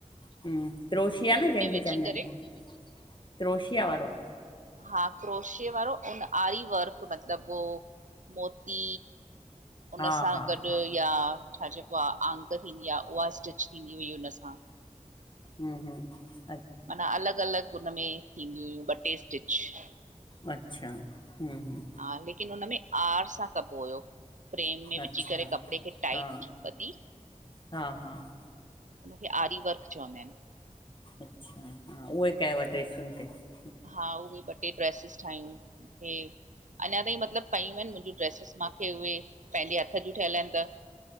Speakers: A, on the left; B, on the right.
A: हम क्रोशिया न जहिंखे
B: विझी
A: चवंदा
B: करे
A: अई क्रोशिया वारो।
B: हा क्रोशियो वारो उ आरी वर्क मतलब हो मोती
A: हा
B: हुन सां
A: हा
B: गॾु
A: हा
B: या -- छा चइबो आ अंक थींदी आ उहा स्टिच थींदी हुई हुन सां।
A: हम्म हम्म --
B: माना अलॻ अलॻ उनमें थींदियूं हुयूं ॿ टे स्टिच --
A: अचछा हम हम --
B: हा लेकिन हुन में आर सां कबो हुओ -- फ्रेम में विझी
A: अच्छा
B: करे कपिड़े खे टाइट
A: हा
B: ॿधी --
A: हा हा --
B: उनखे आरी वर्क चवंदा आहिन।
A: अच्छा हा उहे कयव ड्रेसुनि ते --
B: हा उहे ॿ टे ड्रेसिस ठाहियूं मूंखे अञा ताईं मतलब पयूं आहिन मुंहिंजूं -- ड्रेसिस मूंखे उहे पंहिंजे हथ जूं ठहियल आहिन त।